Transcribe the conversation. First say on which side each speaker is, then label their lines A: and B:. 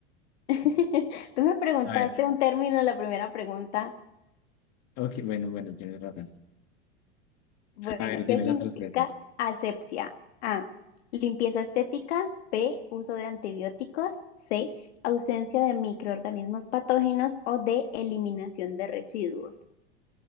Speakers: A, on the left; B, on the left.
A: <laughs> Tú me preguntaste
B: A ver,
A: un término en la primera pregunta.
B: ok, bueno, bueno, tienes razón.
A: Bueno,
B: A ver,
A: ¿qué
B: dime
A: significa
B: las respuestas.
A: asepsia? A, limpieza estética. B, uso de antibióticos. C, ausencia de microorganismos patógenos. O D, eliminación de residuos.